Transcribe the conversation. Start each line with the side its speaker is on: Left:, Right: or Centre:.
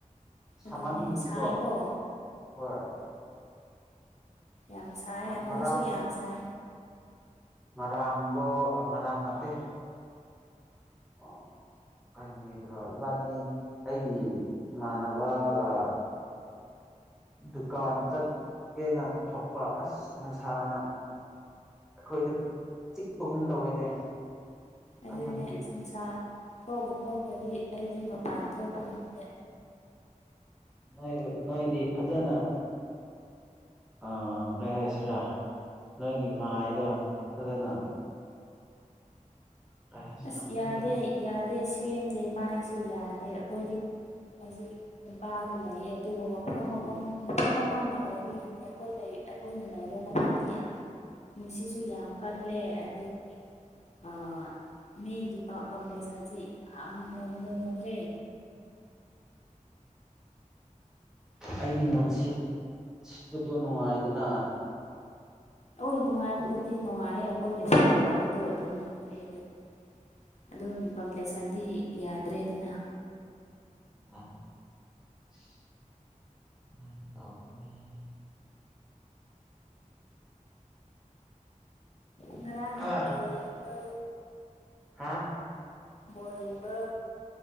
Centre: ꯁꯃꯥꯟꯕꯒꯤꯀꯣ
Left: ꯑꯗꯨꯅꯦ ꯁꯥꯏꯀꯣ
Centre: ꯍꯣꯏ꯫
Left: ꯌꯥꯝ ꯁꯥꯏ ꯍꯧꯖꯤꯛꯁꯨ
Centre: ꯉꯔꯥꯡ
Left: ꯌꯥꯝ ꯁꯥꯏ꯫
Centre: ꯉꯔꯥꯡꯗꯣ ꯉꯔꯥꯡ ꯅꯠꯇꯦ ꯑꯣ ꯀꯩꯅꯨꯃꯤꯠꯇꯔꫭ ꯏꯕꯥꯅꯤ ꯑꯩꯒꯤ ꯏꯃꯥꯟꯅꯕꯒ ꯗꯨꯀꯥꯟ ꯆꯠꯒꯦꯅ ꯊꯣꯛꯄ ꯑꯁ ꯅꯨꯡꯁꯥꯅ ꯑꯩꯈꯣꯏꯗ ꯆꯤꯛꯄꯒꯨꯝ ꯇꯧꯋꯦꯅꯦ
Left: ꯑꯗꯨꯅꯦ
Centre: ꯀꯟꯃꯟꯒꯤ
Left: ꯅꯨꯡꯁꯥ ꯊꫭꯛꯄꯨ ꯊꯣꯛꯈ꯭ꯔꯗꯤ ꯑꯩꯗꯤ ꯃꯄꯥꯟ ꯊꯣꯛꯄ ꯉꯝꯗꯦ꯫
Centre: ꯅꯣꯏꯕꯨ ꯅꯣꯏꯗꯤ ꯐꯖꯅ ꯑꯥ ꯀꯩ ꯍꯥꯏꯁꯤꯔꯥ ꯅꯪꯒꯤ ꯃꯥꯏꯗꯣ ꯐꯖꯅ ꯀꯩ ꯍꯥꯏꯁꯤꯔꯥ
Left: ꯑꯁ
Centre: ꯈꯪꯗꯦ
Left: ꯌꯥꯗꯦ ꯌꯥꯗꯦ ꯁꯦꯝꯗꯦ ꯃꯥꯏꯁꯦ ꯌꯥꯗꯦ ꯑꯩꯈꯣꯏꯗꯤ ꯍꯧꯖꯤꯛ ꯏꯝꯄꯥꯜꯗ ꯂꯩꯌꯦ ꯑꯗꯨꯕꯨ ꯃꯐꯝ ꯃꯐꯝ ꯃꯐꯝ ꯃꯐꯝꯅ ꯑꯣꯏꯕꯒꯤꯅꯦ ꯑꯩꯈꯣꯏ ꯂꯩ꯫ ꯑꯩꯈꯣꯏꯅ ꯂꯩꯕ ꯃꯐꯝꯗꯤ ꯌꯥꯝ ꯅꯨꯡꯁꯤꯠꯁꯨ ꯌꯥꯝ ꯀꯜꯂꯦ ꯑꯗꯒꯤ ꯑꯥ ꯃꯤꯒꯤ ꯄꯥꯀꯝꯄ꯭ꯂꯦꯛꯁꯥꯟꯁꯦ ꯌꯥꯝ ꯃꯨꯈ꯭ꯔꯦ꯫
Centre: ꯑꯩꯗꯤ ꯅꯨꯡꯁꯤꯠ ꯁꯤꯠꯄꯗꯣ ꯅꯨꯡꯉꯥꯏꯗꯅ
Left: ꯍꯣꯏ ꯅꯨꯡꯉꯥꯏꯕꯕꯨꯗꯤ ꯅꯨꯡꯉꯥꯏꯌꯦ ꯑꯩꯈꯣꯏꯅ ꯁꯦꯜ ꯇꯧꯕꯗꯣ ꯑꯗꯨ ꯅꯨꯡꯉꯥꯏꯌꯦ ꯑꯗꯨꯗꯤ ꯑꯗꯨꯝ ꯀꯝꯄ꯭ꯂꯦꯛꯁꯥꯟꯗꯤ ꯌꯥꯗ꯭ꯔꯦꯗꯅ
Centre: <unintelligible>
Left: ꯉꯔꯥꯡ
Centre: ꯑ
Left: ꯕꯣꯜ ꯌꯦꯕ꯭ꯔꯣ꯫
Centre: ꯍꯥ
Left: ꯕꯣꯜ ꯌꯦꯡꯕ